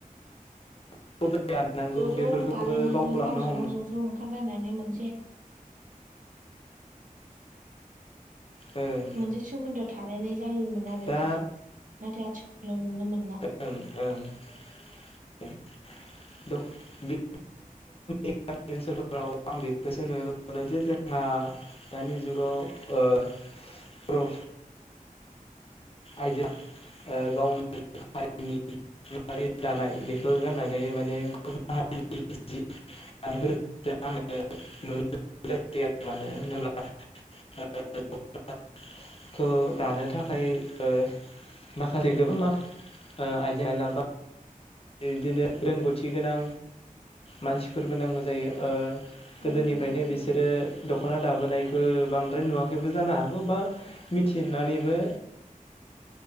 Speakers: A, on the left; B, on the right.
A: <unintelligible>
B: ज' ज'
A: बेफोरखौबो
B: दालायनानै
A: बावलांनो
B: गावजों
A: हमबाय
B: गाव ज' ज' ओंखारलायनानै मोनसे
A: ओं
B: मोनसे सोमोन्दोआ थालायनाय जायोमोन आरो
A: दा
B: ना नाथाय आथिखालाव नुनो मोनला।
A: ओं ओं ओं <unintelligible> <unintelligible> जोंनि गामि ओनसोलफोराव आं बेखौसो नुनो मोनो जे जोंहा दानि जुगाव ओ प्र आइजोआ ओ गावनि हारिनि <unintelligible> दानाय बेखौ गाननानै माने गुबुन हारि जि <unintelligible> फोरखौ आङो नुनो मोनै आरो मानो होनोब्ला <unintelligible> थ दानो थाखाय ओ माखासे गोबां आइजें आइला बा बिदिनो रोंगौथि गोनां मानसिफोरबो नांगौ जायो। ओ
B: औ
A: गोदोनिफ्रायनो
B: नंगौ नोंथां
A: बिसोरो दख'ना दाबोनायखौ बांद्राय नुवाखैबो जानो हागौ बा मिथिनानैबो